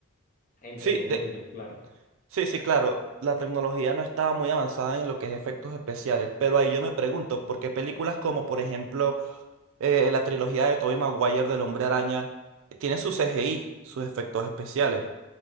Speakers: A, on the left (about 40°); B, on the right (about 60°).
A: entre
B: sí,
A: comillas,
B: de,
A: claro.
B: Sí, sí, claro, la tecnología no estaba muy avanzada en lo que es efectos especiales, pero ahí yo me pregunto, ¿por qué películas como, por ejemplo, eh, la trilogía de Tobey Maguire del Hombre Araña eh, tiene su CGI, sus efectos especiales?